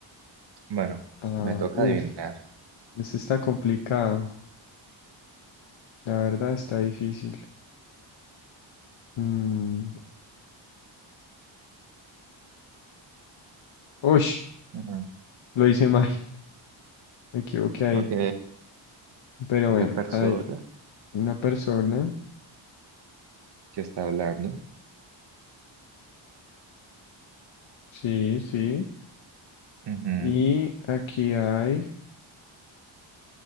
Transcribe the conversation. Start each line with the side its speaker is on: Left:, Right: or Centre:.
Right: Bueno,
Left: Ah,
Right: me toca
Left: uf,
Right: adivinar.
Left: esto está complicado. La verdad está difícil. Mm, ush,
Right: Ujú.
Left: lo hice mal. <laughs> Me equivoqué ahí.
Right: Ok,
Left: Pero
Right: una
Left: bueno,
Right: persona
Left: hay una persona.
Right: que está hablando.
Left: Sí, sí.
Right: Ujú.
Left: Y aquí hay,